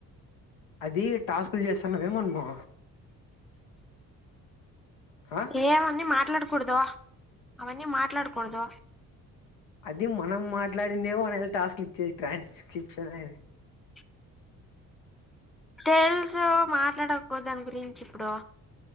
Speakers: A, on the left; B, in the centre.
A: అది టాస్కులు చేస్తాన్నావేమో నువ్వు ఆ
B: ఏ అవన్నీ మాట్లాడకూడదు అవన్నీ మాట్లాడకూడదు
A: అది మనం మాట్లాడిందే మన టాస్క్ ఇచ్చేది ట్రాన్స్క్రిప్షన్ అని
B: <inaudible> తెలుసు మాట్లాడకపో దాని గురించి ఇప్పుడు